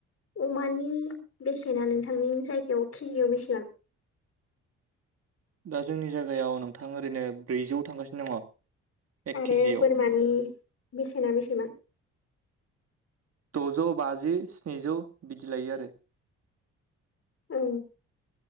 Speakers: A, on the left; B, on the right.
A: अमानि बेसेना नोंथांनि जायगायाव केजियाव बेसेबां
B: दा जोंनि जायगायाव नोंथां ओरैनो ब्रैजौ थांगासिनो दङ एक
A: आरो
B: केजियाव
A: बोरमानि बेसेना बेसेबां
B: द'जौ बाजि स्निजौ बिदि लायो आरो
A: औ